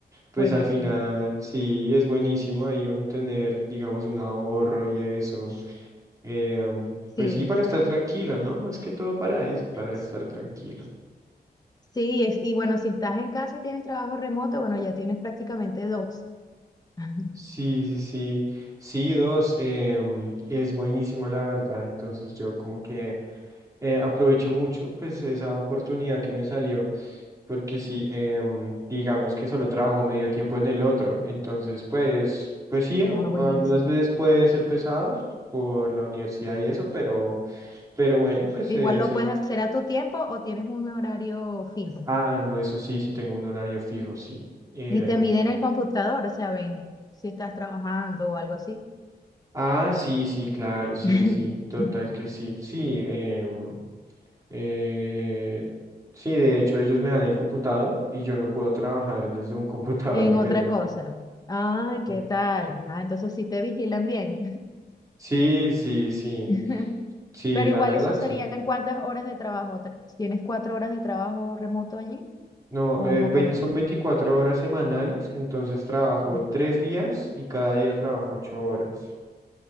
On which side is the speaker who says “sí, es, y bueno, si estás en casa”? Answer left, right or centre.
Left